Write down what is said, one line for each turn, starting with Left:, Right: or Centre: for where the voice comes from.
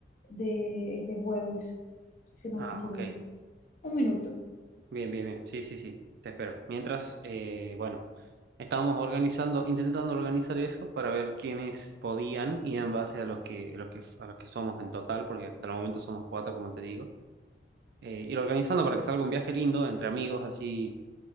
Left: de este jueves, si no
Right: Ah,
Left: me equivoco.
Right: ok.
Left: Un minuto.
Right: Bien, bien, bien. Sí, sí, sí. Te espero. Mientras, eh, bueno, estábamos organizando, intentando organizar eso para ver quiénes podían y en base a los que, los que, a los que somos en total, porque hasta el momento somos cuatro, como te digo eh, ir organizando para que salga un viaje lindo entre amigos, así